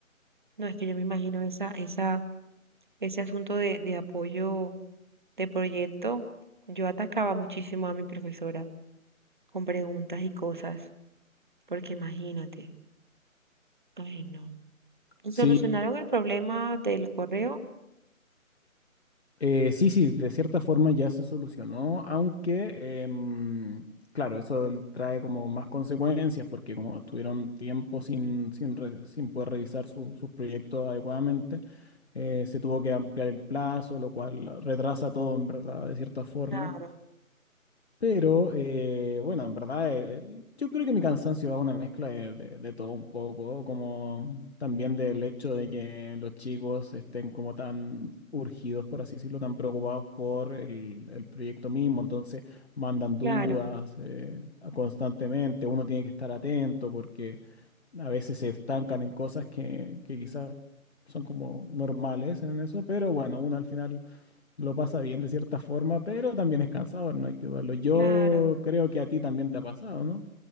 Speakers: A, on the right (about 35°); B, on the left (about 50°).
A: No, es que yo me imagino esa, esa, ese asunto de, de apoyo de proyecto. Yo atacaba muchísimo a mi profesora con preguntas y cosas. Porque imagínate, ay no. ¿Y
B: sí
A: ¿Solucionaron el problema del correo?
B: Eh, sí, sí, de cierta forma ya se solucionó, aunque, em, claro, eso trae como más consecuencias porque como estuvieron tiempo sin, sin, re- sin poder revisar su- sus proyectos adecuadamente, eh, se tuvo que ampliar el plazo, lo cual retrasa todo en verdad, de cierta forma.
A: Claro,
B: Pero eh, bueno, en verdad, eh, yo creo que mi cansancio va a una mezcla de, de- de todo un poco, como también del hecho de que los chicos estén como tan urgidos, por así decirlo, tan preocupados por el, el proyecto mismo, entonces mandan
A: claro,
B: dudas eh, constantemente, uno tiene que estar atento porque a veces se estancan en cosas que, que quizás son como normales en eso, pero bueno, uno al final lo pasa bien de cierta forma, pero también es cansador, no hay que dudarlo. Yo
A: claro.
B: creo que a ti también te ha pasado, ¿no?